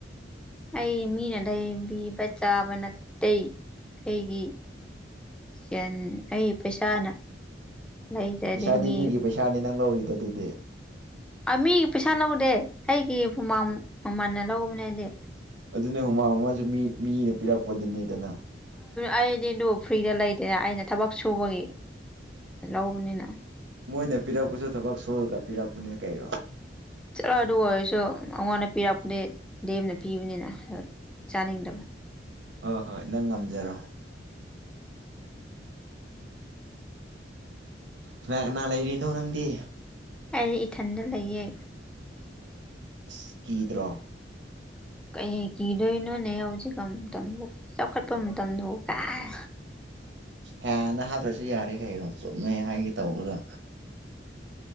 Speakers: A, in the centre; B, on the right.
A: ꯑꯩ ꯃꯤꯅ ꯂꯩꯕꯤꯕ ꯆꯥꯕ ꯅꯠꯇꯦ ꯑꯩꯒꯤ ꯁꯟ ꯑꯩ ꯄꯩꯁꯥꯅ ꯂꯩꯗ꯭ꯔꯗꯤ
B: ꯄꯩꯁꯥꯗꯤ
A: ꯃꯤ
B: ꯃꯤꯒꯤ ꯄꯩꯁꯥꯅꯤ ꯅꯪ ꯂꯧꯔꯤꯗꯣ ꯑꯗꯨꯗꯤ
A: ꯃꯤꯒꯤ ꯄꯩꯁꯥ ꯂꯧꯗꯦ ꯑꯩꯒꯤ ꯍꯨꯃꯥꯡ ꯃꯃꯟꯅ ꯂꯧꯧꯕꯅꯤ ꯍꯥꯏꯗꯤ
B: ꯑꯗꯨꯅꯦ ꯍꯨꯃꯥꯡ ꯑꯃꯁꯨ ꯃꯤ ꯃꯤꯅ ꯄꯤꯔꯛꯄꯗꯨꯅꯤꯗꯅ
A: ꯑꯩꯗꯤ ꯑꯗꯨ ꯐ꯭ꯔꯤꯗ ꯂꯩꯗꯅ ꯑꯩꯅ ꯊꯕꯛ ꯁꯨꯕꯒꯤ ꯂꯧꯕꯅꯤꯅ
B: ꯃꯣꯏꯅ ꯄꯤꯔꯛꯄꯁꯨ ꯊꯕꯛ ꯁꯣꯨꯔꯒ ꯄꯤꯔꯛꯄꯅꯦ ꯀꯔꯣ
A: ꯆꯠꯂꯣ ꯑꯗꯨ ꯑꯣꯏꯔꯁꯨ ꯑꯩꯉꯣꯟꯗ ꯄꯤꯔꯛꯄꯗꯤ ꯗꯦꯝꯅ ꯄꯤꯕꯅꯤꯅ ꯆꯥꯅꯤꯡꯗꯕ
B: ꯍꯣꯏ ꯍꯣꯏ ꯅꯪ ꯉꯝꯖꯔꯣ ꯀꯅꯥ ꯀꯅꯥ ꯂꯩꯔꯤꯅꯣ ꯅꯪꯗꯤ
A: ꯑꯩ ꯏꯊꯟꯗ ꯂꯩꯌꯦ
B: ꯑꯁꯀꯤꯗ꯭ꯔꯣ
A: ꯀꯩ ꯀꯤꯗꯣꯏꯅꯣꯅꯦ ꯍꯧꯖꯤꯛꯀ ꯃꯇꯝꯗ ꯆꯥꯎꯈꯠꯄ ꯃꯇꯝꯗꯕꯨ ꯀꯥꯏ
B: ꯍꯅ ꯍꯥꯞꯇ꯭ꯔꯁꯨ ꯌꯥꯔꯦ ꯀꯩꯔꯣ ꯆꯨꯝꯃꯦ ꯍꯥꯏꯒꯦ ꯇꯧꯕꯒ